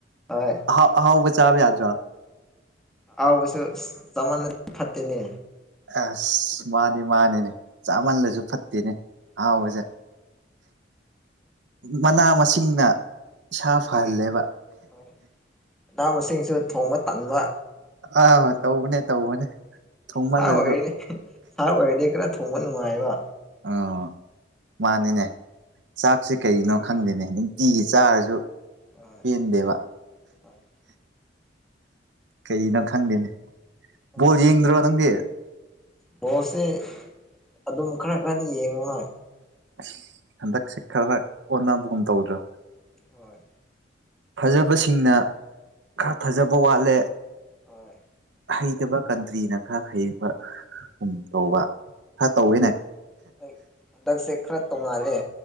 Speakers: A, in the centre; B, on the right.
A: ꯍꯣꯏ
B: ꯑꯍꯥꯎ ꯑꯍꯥꯎꯕ ꯆꯥꯕ ꯌꯥꯗ꯭ꯔꯣ
A: ꯑꯍꯥꯎꯕꯁꯨ ꯆꯃꯜꯂꯗꯤ ꯐꯠꯇꯦꯅꯦ
B: ꯑꯁ ꯃꯥꯅꯤ ꯃꯥꯅꯤꯅꯦ ꯆꯥꯃꯜꯂꯁꯨ ꯐꯠꯇꯦꯅꯦ ꯑꯍꯥꯎꯕꯁꯦ
A: ꯍꯣꯏ
B: ꯃꯅꯥ ꯃꯁꯤꯡꯅ ꯁꯥ ꯐꯍꯜꯂꯦꯕ
A: ꯍꯣꯏ ꯍꯣꯏ ꯃꯅꯥ ꯃꯁꯤꯡꯁꯨ ꯊꯣꯡꯕ ꯇꯟꯕ
B: ꯑꯥ ꯇꯧꯕꯅꯦ ꯇꯧꯕꯅꯦ ꯊꯨꯝꯃꯜꯂꯁꯨ
A: ꯁꯥ ꯑꯣꯏꯔꯗꯤ ꯁꯥ ꯑꯣꯏꯔꯗꯤ ꯈꯔ ꯊꯣꯡꯕ ꯅꯨꯡꯉꯥꯏꯕ
B: ꯑꯥ ꯃꯥꯅꯤꯅꯦ ꯆꯥꯛꯁꯦ ꯀꯩꯅꯣ ꯈꯪꯗꯦꯅꯦ ꯅꯨꯡꯇꯤꯒꯤ ꯆꯥꯔꯁꯨ
A: ꯍꯣꯏ
B: ꯄꯦꯟꯗꯦꯕ
A: ꯍꯣꯏ
B: ꯀꯩꯒꯅꯣ ꯈꯪꯗꯦꯅꯦ
A: ꯅꯪꯗꯤ
B: ꯄꯣꯜ ꯌꯦꯡꯗ꯭ꯔꯣ ꯅꯪꯗꯤ
A: ꯕꯣꯜꯁꯦ ꯑꯗꯨꯝ ꯈꯔ ꯈꯔꯗꯤ ꯌꯦꯡꯉꯍꯣꯏ
B: ꯑꯁ ꯍꯟꯗꯛꯁꯦ ꯈꯔ ꯑꯣꯟꯅꯕꯒꯨꯝ ꯇꯧꯗ꯭ꯔꯣ
A: ꯍꯣꯏ
B: ꯐꯖꯕꯁꯤꯡꯅ ꯈꯔ ꯐꯖꯕ ꯋꯥꯠꯂꯦ
A: ꯍꯣꯏ
B: ꯍꯩꯇꯕ ꯀꯟꯇ꯭ꯔꯤꯅ ꯈꯔ ꯍꯩꯕꯒꯨꯝ ꯇꯧꯕ ꯈꯔ ꯇꯧꯋꯦꯅꯦ
A: ꯍꯣꯏ ꯍꯣꯏ ꯍꯟꯗꯛꯁꯦ ꯈꯔ ꯇꯣꯡꯉꯥꯜꯂꯦ